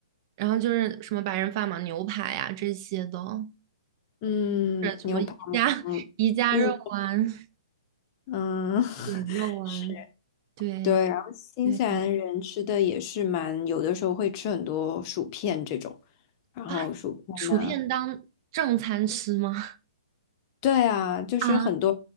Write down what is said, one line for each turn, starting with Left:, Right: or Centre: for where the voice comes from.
Right: 然后就是什么白人饭嘛，牛排呀这些的，
Left: 嗯，
Right: 呃，什么宜家
Left: 牛排，然后
Right: <laughs> 宜家肉丸、
Left: 嗯。嗯，
Right: 饼肉丸，
Left: <laughs>
Right: 对
Left: 对，然后新西兰人吃的也是蛮，
Right: 对
Left: 有的时候会吃很多薯片这种，然后薯片呐、
Right: 啊，薯片当正餐吃吗？
Left: 对啊，就是很多
Right: 啊